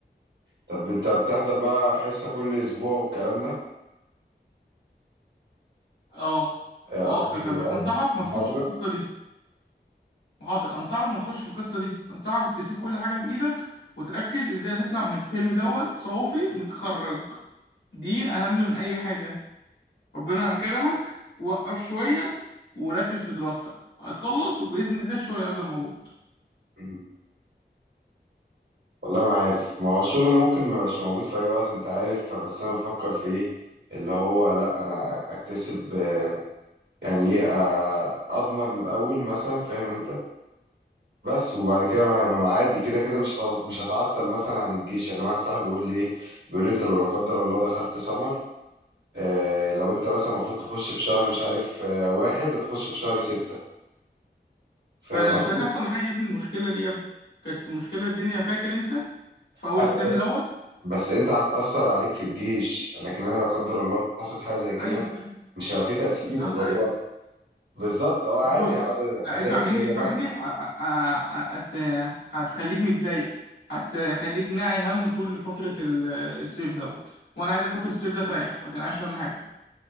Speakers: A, on the right (about 80°); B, on the left (about 80°).
A: طب انت بتحضر بقى حصه كل اسبوع والكلام ده
B: اه
A: آه،
B: واكتر
A: قصدي
B: كمان بس
A: قصدي
B: انصحك
A: محاضره
B: ما تخش في القصة دي محاضرة انصحك ما تخش في القصة دي انصحك تسيب كل حاجة في ايدك وتركز ازاي تطلع من الترم دوت صوفي ومتخرج دي أهم من أي حاجة ربنا كرمك وقف شوية وركز في دراستك هتخلص وبإذن الله الشغل هيفضل موجود
A: مم. والله ما عارف ما هو الشغل ممكن ما يبقاش موجود في اي وقت انت عارف بس انا بفكر في ايه اللي هو لا انا اكتسب آه، يعني ايه آه، اضمن الاول مثلا فاهم انت بس وبعد كده ما- عادي كده كده مش هت- مش هتعطل مثلا عن الجيش يعني واحد صاحبي بيقول لي ايه بيقول لي انت لو لا قدر الله دخلت سمر آه لو انت مثلا المفروض تخش في شهر مش عارف آه واحد هتخش في شهر ستة فاهم
B: ما أنا كانت
A: قصدي؟
B: هتحصل معايا يا ابني المشكلة دي يا ابني كانت مشكلة الدنيا فاكر أنت في أول
A: ايوه
B: الترم
A: بس
B: دوت
A: بس انت هتأثر عليك في الجيش لكن انا لا قدر الله لو حصلت حاجة زي كده
B: أيوة
A: مش هيبقى في
B: مش
A: تأثير
B: مش هتحصل
A: اللي
B: عليك
A: هو بالظبط اه
B: بص
A: عادي هقعد
B: لا
A: اذاكر
B: اسمع مني
A: هي
B: اسمع
A: مادة
B: مني ع- ع- هت... هتخليك متضايق هتخليك ناعي هم طول فترة ال- الصيف دوت وأنا عايزك فترة الصيف ده تريح ما تنعيش هم حاجة